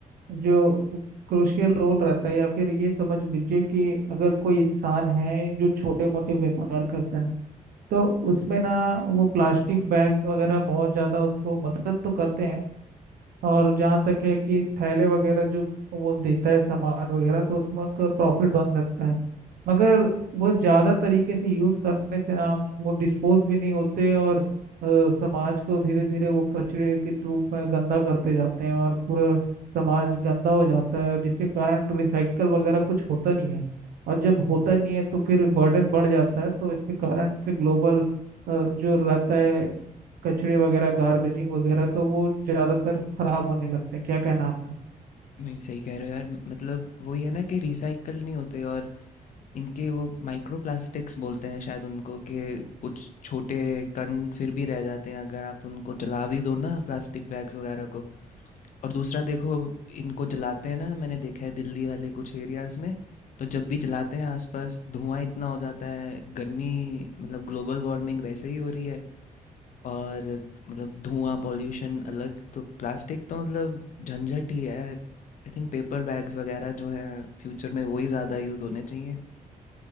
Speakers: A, on the right; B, on the left.
A: जो क्रूशियल रोल रहता है या फिर ये समझ लीजिए कि अगर कोई इंसान है जो छोटे मोटे व्यापार करता है तो उसमें ना वो प्लास्टिक बैग्स वगैरह बहुत ज़्यादा उसको मदद तो करते हैं और जहाँ तक है कि थैले वगैरह जो वो देता है सामान वगैरह तो उसमें उनका प्रॉफिट बन सकता है मगर वो ज़्यादा तरीके से यूज़ करने से आप वो डिस्पोज भी नहीं होते और अ, समाज को धीरे धीरे वो कचरे के रूप में गंदा करते जाते हैं और पूरा समाज गंदा हो जाता है जिसके कारण रिसाइकल वगैरह कुछ होता नहीं है और जब होता नहीं है तो फिर बर्डन बढ़ जाता है तो इसके कारण से ग्लोबल जो रहता है कचरे वगैरह गार्बेजिंग वगैरह तो वो ज्यादातर खराब होने लगते हैं क्या कहना आपका
B: नहीं सही कह रहे हो यार मतलब वही है ना कि रिसाइकल नहीं होते और इनके वो माइक्रो प्लास्टिक्स बोलते हैं शायद उनको कि कुछ छोटे कण फिर भी रह जाते हैं अगर आप उनको जला भी दो ना प्लास्टिक बैग्स वगैरह को और दूसरा देखो इनको जलाते हैं ना मैंने देखा है दिल्ली वाले कुछ एरियाज में तो जब भी जलाते हैं आसपास धुआं इतना हो जाता है गर्मी मतलब ग्लोबल वार्मिंग वैसे ही हो रही है और मतलब धुआं पॉल्यूशन अलग तो प्लास्टिक तो मतलब झंझट ही है आई थिंक पेपर बैग्स वगैरह जो हैं फ्यूचर में वही ज़्यादा यूज़ होने चाहिए